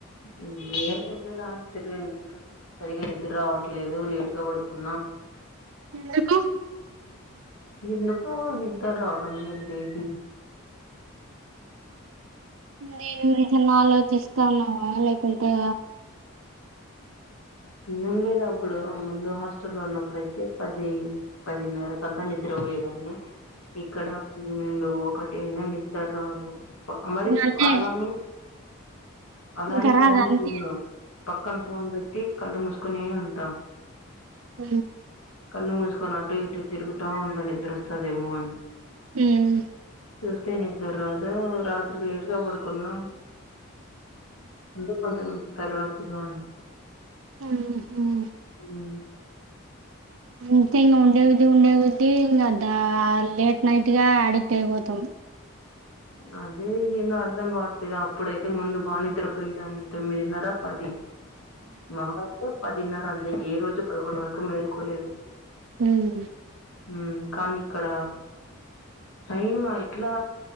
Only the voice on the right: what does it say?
ఎందుకు
దేనిగురించి ఆలోచిస్తా ఉన్నావా లేకుంటే
అంటే
ఇంకా రాదు
అంతే
ఆ
ఉహ్
ఆహా
అంతే ఇంకా ఉండేవిది ఉండే విది ఇంకా ద లేట్ నైట్ గా అడిక్ట్ అయిపోతాం
ఉమ్